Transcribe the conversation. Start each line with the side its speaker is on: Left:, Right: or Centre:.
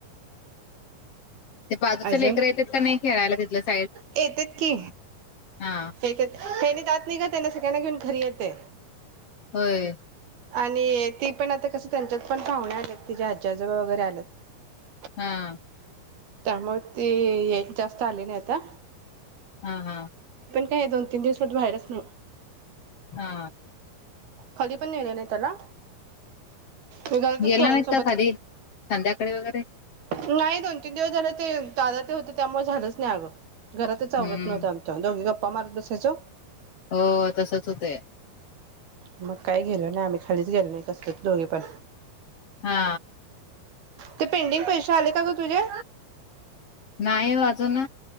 Left: ते बाजूच
Right: अजून
Left: लेकर येतात का नाही खेळायला तिथलंच
Right: येतेत की
Left: हा
Right: येतेत तेनी जात ठीक त्यांना सगळ्यांना घेऊन घरी येते
Left: होय
Right: आणि ती पण आता कस त्यांच्यात पण पाहुणे आलेत तिचे आज्जी आजोबा वगैरे आलेत
Left: हा
Right: त्यामुळे ते ह जास्त आले नाही आता
Left: ह ह
Right: का हे दो तीन दिवस कुठं बाहेरच नाही
Left: हा
Right: खाली पण नेलं नाही त्याला मी घरातच
Left: गेला
Right: पोरांसोबत
Left: नाहीता खाली संध्याकाळी वगैरे
Right: नाही दोन तीन दिवस झाले ते दादा ते होते त्यामुळे झालंच नाही अगं घरातच
Left: हम्म
Right: आवरत नव्हत आमच्या दोघी गप्पा मारत बसायचं
Left: हो तसच होतंय
Right: मग काय गेलो नाय आमी खलीच गेलो नाही कसलंच दोघी पण
Left: हा
Right: ते पेंडिंग पैसे आले का ग तुझे
Left: नाही ओ अजून